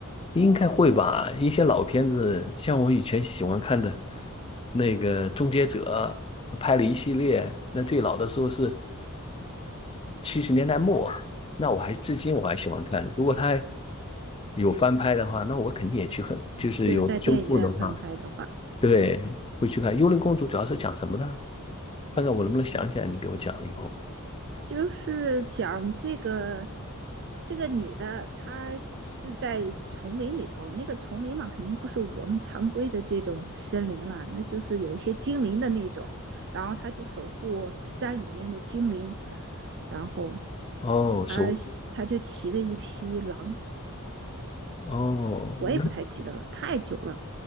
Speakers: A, on the left; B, on the right.
A: 应该会吧？一些老片子，像我以前喜欢看的那个《终结者》，拍了一系列，那最老的时候是七十年代末，那我还至今我还喜欢看。如果他有翻拍的话，那我肯定也去看，就是有修复的话，
B: 就是在电影院翻拍的话，
A: 对，会去看《幽灵公主》，主要是讲什么的？看看我能不能想起来，你给我讲了以后。
B: 就是讲这个这个女的，她是在丛林里头，那个丛林嘛，肯定不是我们常规的这种森林了，那就是有一些精灵的那种，然后她就守护山里面的精灵，然后
A: 哦，说，
B: 她她就骑了一匹狼，
A: 哦，
B: 我也不太记得了，
A: 那
B: 太久了。